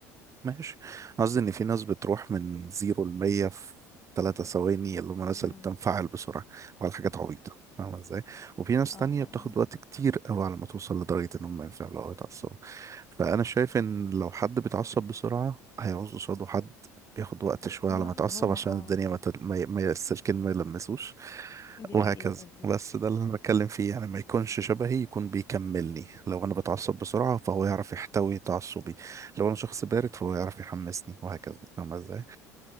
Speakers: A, on the right (about 35°); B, on the left (about 35°).
A: ماشي قصدي ان في ناس بتروح من زيرو لمية في ثلاثة ثواني اللي هم الناس
B: امم
A: اللي بتنفعل بسرعة وعلى حاجات عبيطة فاهمة ازاي؟ وفي ناس
B: اه
A: تانية بتاخد وقت كتير قوي على ما توصل لدرجة ان هم ينفعلوا او يتعصبوا فأنا شايف ان لو حد بيتعصب بسرعة هيعوز قصاده حد بياخد وقت شوية
B: اه
A: على
B: آه،
A: ما يتعصب
B: هو
A: عشان
B: اه
A: الدنيا ما, تل... ما, ي... ما ي- السلكين ما يلمسوش
B: دي
A: وهكذا
B: حقيقة دي
A: بس ده اللي انا بتكلم فيه يعني ما يكونش شبهي يكون بيكملني لو انا بتعصب بسرعة فهو يعرف يحتوي تعصبي لو انا شخص بارد فهو يعرف يحمسني وهكذا فاهمة ازاي؟